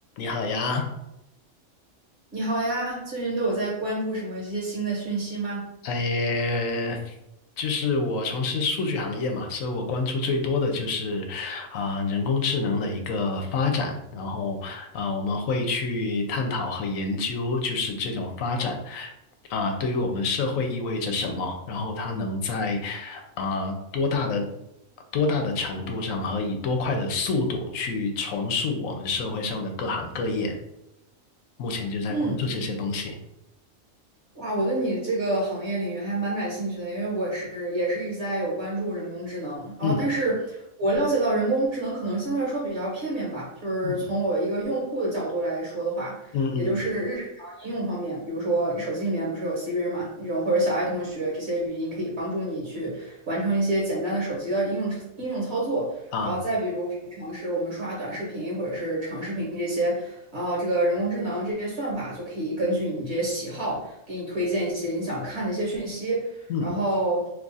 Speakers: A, on the left; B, on the right.
A: 你好呀，
B: 你好呀，最近都有在关注什么一些新的讯息吗？
A: 哎，就是我从事数据行业嘛，所以我关注最多的就是啊、人工智能的一个发展，然后啊、我们会去探讨和研究，就是这种发展啊、对于我们社会意味着什么，然后它能在啊、多大的多大的程度上和以多快的速度去重塑我们社会上的各行各业，目前就在关注这些东西。
B: 嗯，哇，我对你这个行业领域还蛮感兴趣的，因为我是也是一直在有关注人工智能，然后但是我了解到人工智能可能相对来说比较片面吧，
A: 嗯
B: 就是从我一个用户的角度来说的话，
A: 嗯嗯嗯
B: 也就是日常应用方面，比如说你手机里面不是有 Siri 嘛，那种或者小爱同学这些语音可以帮助你去完成一些简单的手机的应用应用操作，
A: 啊。
B: 然后再比如平常是我们刷短视频或者是长视频这些。然后这个人工智能这些算法就可以根据你这些喜好，给你推荐一些你想看的一些讯息。
A: 嗯
B: 然后，